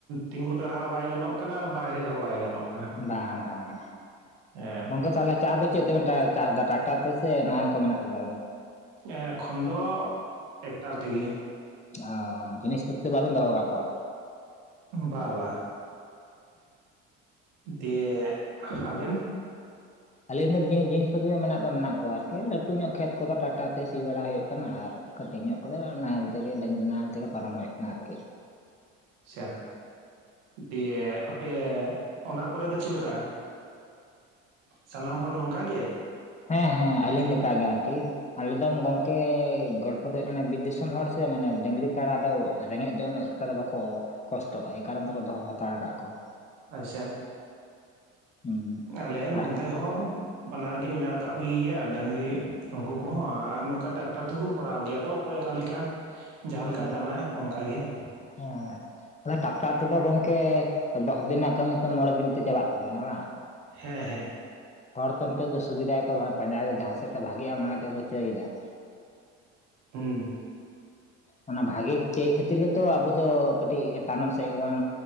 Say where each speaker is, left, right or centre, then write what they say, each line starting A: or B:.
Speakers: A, on the right (about 80°); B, on the left (about 20°).
A: ᱛᱤᱸᱜᱩ ᱴᱟᱨᱦᱟᱣ ᱵᱟᱭ ᱜᱟᱱᱚᱜ ᱠᱟᱱᱟ ᱟᱨ ᱵᱟᱦᱨᱮ ᱨᱮᱦᱚᱸ ᱵᱟᱭ ᱜᱟᱱᱚᱜᱼ
B: ᱵᱟᱝ ᱵᱟᱝ ᱵᱟᱝ
A: ᱦᱮᱸ
B: ᱜᱚᱝᱠᱮ ᱛᱟᱦᱚᱞᱮ ᱪᱟᱥ ᱫᱚ ᱪᱮᱫ ᱛᱮᱵᱮᱱ ᱪᱟᱥ ᱫᱟ ᱴᱨᱟᱠᱴᱟᱨ ᱛᱮ ᱥᱮ ᱱᱟᱦᱮᱞ ᱠᱚ ᱢᱮᱱᱟᱜ ᱠᱟᱫᱟ
A: ᱮᱠᱷᱚᱱ ᱫᱚ ᱴᱮᱠᱴᱟᱨ ᱛᱮᱜᱮ
B: ᱚ ᱡᱤᱱᱤᱥ ᱯᱚᱛᱤ ᱫᱚ ᱵᱟᱵᱮᱱ ᱫᱚᱦᱚ ᱟᱠᱟᱫ ᱠᱚᱣᱟ
A: ᱵᱟ ᱵᱟ ᱫᱤᱭᱮ ᱟᱵᱮᱱ
B: ᱟᱹᱞᱤᱧ ᱫᱚ ᱡᱤᱱᱤᱥ ᱯᱟᱹᱛᱤ ᱫᱚ ᱢᱮᱱᱟᱜ ᱫᱚ ᱢᱮᱱᱟᱜ ᱠᱚᱣᱟ ᱟᱨᱠᱤ ᱞᱟᱹᱴᱩ ᱧᱚᱜ ᱠᱷᱮᱛ ᱠᱚᱫᱚ ᱴᱟᱠᱴᱟᱨ ᱛᱮ ᱥᱤ ᱵᱟᱲᱟ ᱦᱩᱭᱩᱜ ᱠᱟᱱᱟ ᱟᱨ ᱠᱟᱹᱴᱤᱡ ᱧᱚᱜ ᱠᱟᱫᱟ ᱱᱟᱦᱮᱞ ᱛᱮᱜᱮ ᱰᱟᱺᱜᱨᱤ ᱱᱟᱦᱮᱞ ᱛᱮᱜᱮ ᱯᱟᱨᱚᱢ ᱦᱩᱭᱩᱜ ᱠᱟᱱᱟ ᱟᱨᱠᱤ
A: ᱟᱪᱷᱟ ᱫᱤᱭᱮ ᱟᱯᱮ ᱚᱱᱟ ᱠᱚᱨᱮ ᱫᱚ ᱪᱮᱫᱮ ᱞᱮᱠᱟ ᱥᱟᱱᱟᱢ ᱦᱚᱲ ᱱᱚᱝᱠᱟ ᱜᱮ
B: ᱦᱮᱸ ᱦᱮᱸ ᱟᱹᱞᱤᱧ ᱞᱮᱠᱟ ᱜᱮ ᱟᱨᱠᱤ ᱟᱞᱮᱫ ᱫᱚ ᱜᱚᱝᱠᱮ ᱜᱚᱞᱯᱚ ᱫᱚ ᱦᱩᱭᱩᱜᱭ ᱠᱟᱱᱟ ᱵᱮ ᱫᱤᱥᱚᱢ ᱦᱚᱲ ᱥᱮ ᱢᱟᱱᱮ ᱰᱟᱹᱝᱨᱤ ᱠᱟᱲᱟ ᱫᱚ ᱨᱮᱸᱜᱮᱡ ᱫᱚ ᱩᱱᱟᱹᱜ ᱚᱱᱠᱟ ᱫᱚ ᱵᱟᱠᱚ ᱠᱚᱥᱴᱚᱜᱼᱟ ᱮ ᱠᱟᱨᱚᱱ ᱛᱮᱠᱚ ᱫᱚᱦᱚ ᱦᱟᱛᱟᱲ ᱟᱠᱟᱫ ᱠᱚᱣᱟ
A: ᱟᱪᱪᱷᱟ
B: ᱦᱩᱸ
A: ᱟᱞᱮ ᱱᱚᱛᱮ
B: ᱟᱜ
A: ᱦᱚᱸ ᱵᱟᱱᱟᱨ ᱜᱤ ᱢᱮᱱᱟᱜ ᱟᱠᱟᱫ ᱠᱚ ᱜᱮᱭᱟ ᱰᱟᱝᱨᱤ ᱩᱱᱠᱩ ᱠᱚᱦᱚᱸ ᱟᱨ ᱱᱚᱝᱠᱟ ᱴᱨᱟᱠᱴᱟᱨ ᱛᱮᱦᱚᱸ ᱠᱚ ᱠᱚᱨᱟᱣ ᱜᱮᱭᱟ ᱾ ᱟᱫᱚ ᱚᱠᱚᱭ ᱚᱠᱟ ᱞᱮᱠᱟ, ᱡᱟᱦᱟᱸ
B: ᱦᱩᱸ
A: ᱞᱮᱠᱟ ᱜᱟᱱᱟᱭ ᱚᱱᱠᱟ ᱜᱮ ᱾
B: ᱦᱮᱸ ᱾ ᱚᱱᱟ ᱴᱟᱠᱴᱟᱨ ᱛᱮᱫᱚ ᱜᱚᱝᱠᱮ ᱫᱚᱥ ᱫᱤᱱᱟᱜ ᱨᱮᱱᱟᱜ ᱠᱟᱹᱢᱤ ᱛᱮ ᱢᱚᱬᱮ ᱫᱤᱱ ᱛᱮ ᱪᱟᱵᱟᱜ ᱛᱟᱵᱮᱱᱟ ᱵᱟᱝ?
A: ᱦᱮᱸ ᱦᱮᱸ ᱾
B: ᱦᱚᱲ ᱛᱮ ᱚᱱᱛᱮ ᱫᱚ ᱥᱩᱵᱤᱫᱷᱟ ᱟᱠᱚ ᱾ ᱵᱟᱠᱷᱟᱱ ᱯᱟᱸᱡᱟ ᱨᱮ ᱡᱟᱦᱟᱸ ᱥᱮᱫ ᱛᱮ ᱵᱷᱟᱜᱮᱜᱼᱟ ᱚᱱᱟ ᱛᱮᱠᱚ ᱪᱟᱹᱭ ᱮᱫᱟ ᱾
A: ᱦᱮᱸ ᱾
B: ᱚᱱᱟ ᱵᱷᱟᱜᱤ ᱠᱷᱟᱹᱛᱤᱨ ᱜᱮᱛᱚ ᱟᱵᱚ ᱫᱚ ᱠᱟᱹᱴᱤᱡ ᱛᱟᱭᱱᱚᱢ ᱥᱮᱫ ᱜᱮᱵᱚᱱ